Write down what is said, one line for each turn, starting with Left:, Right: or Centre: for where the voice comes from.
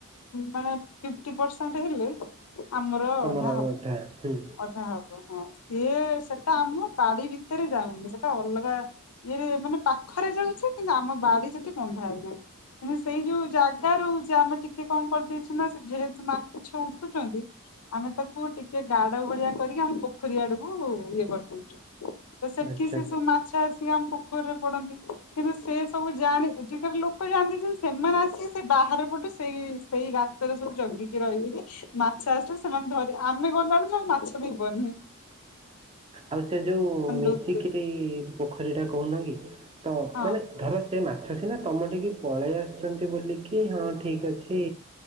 Left: ମାନେ ଫିପଟି ପରସେଣ୍ଟ ହେଲେ। ଆମର
Right: ତମର
Left: ଅଧା
Right: ଆଉ
Left: ହବ
Right: ହୁଁ
Left: ଅଧା ହବ ହଁ। ସିଏ ସେଟା ଆମ ବାଡି ଭିତରେ ଯାଉନି ସେଟା ଅଲଗା। ଇଏରେ ମାନେ ପାଖରେ ଯାଉଛି କିନ୍ତୁ ଆମ ବାଡି ସେଠି ବନ୍ଧା ହେଇନାହିଁ। ଏ ସେଇ ଯୋଉ ଜାଗା ରହୁଛି ଆମେ ଟିକେ କଣ କରିଦେଇଛୁ ନା ଯେହେତୁ ମା ଉଠୁଛନ୍ତି। ଆମେ ତାକୁ ଟିକେ ଗାଡ ଭଳିଆ କରିକି ଆମ ପୋଖରୀ ଆଡକୁ ଇଏ କରିଦଉଛୁ। ସେଠି
Right: ଆଚ୍ଛା।
Left: ସେ ସବୁ ମାଛ ଆ ପୋଖରୀରେ ପଡନ୍ତି କିନ୍ତୁ ସେ ସବୁ ଯାଣି ଏଠିକାର ଲୋକ ଯାଆନ୍ତି ଯେ ସେମାନେ ଆସିକି ବାହାର ପଟେ ସେଇ ସେଇ ରାସ୍ତାରେ ସବୁ ଜଗିକି ରହିବ ମାଛ ଆସିଲେ ସେମାନେ ଧରି ଆମେ ଗ କଣ କଣ ମାଛ ଯିବନି।
Right: ଆଉ ସେ ଯୋଉ ମିଶିକିରି
Left: ଦଉଥିବେ
Right: ପୋଖରୀ ଟା କହୁନ କି ତ
Left: ହଁ
Right: ମାନେ ଧର ସେ ମା ଆଛା ସିନା ତମ ଟିକେ ପଳେଇ ଆସୁଛନ୍ତି ବୋଲିକି ହଁ ଠିକ ଅଛି।